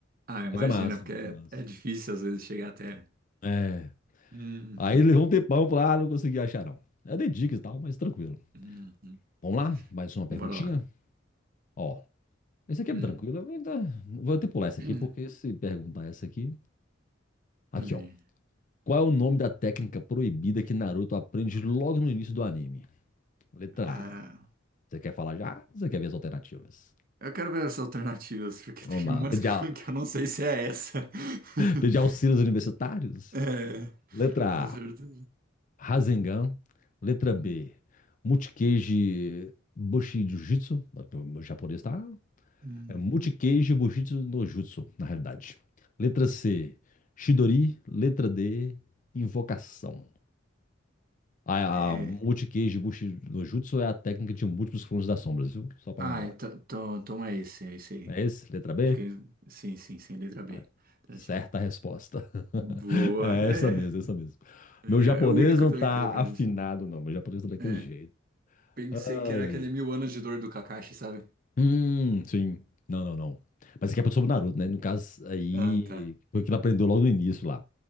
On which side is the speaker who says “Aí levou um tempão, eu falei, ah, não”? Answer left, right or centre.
Left